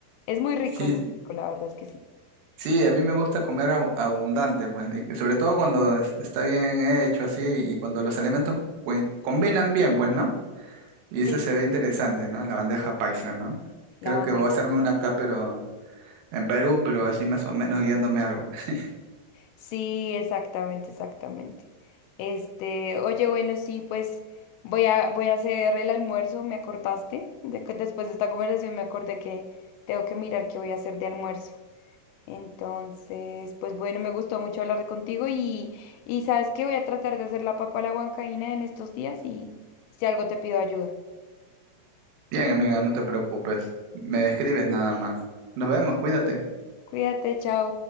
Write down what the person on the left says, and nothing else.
Es muy rico,
es muy rico, la verdad es que sí.
Sí,
La
barrera.
Sí, exactamente, exactamente. Este, oye, bueno, sí, pues voy a, voy a hacer el almuerzo, ¿me acordaste? De- después de esta conversación me acordé que tengo que mirar qué voy a hacer de almuerzo. Entonces, pues bueno, me gustó mucho hablar contigo y, y sabes que voy a tratar de hacer la papa a la huancaína en estos días y si algo te pido ayuda.
Cuídate, chao.